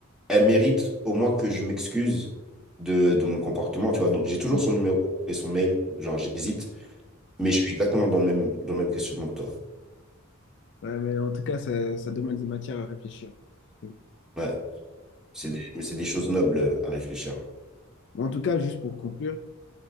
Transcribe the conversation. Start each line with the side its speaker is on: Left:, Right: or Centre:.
Centre: elle mérite au moins que je m'excuse de, de mon comportement, tu vois. Donc, j'ai toujours
Left: ouais.
Centre: son numéro et son mail, genre, j'hésite, mais je suis exactement dans le même, dans le même questionnement que toi.
Left: Ouais, mais en tout cas, ça, ça demande des matières à réfléchir. Ouais.
Centre: Ouais, c'est des- mais c'est des choses nobles à réfléchir.
Left: Mais en tout cas, juste pour conclure,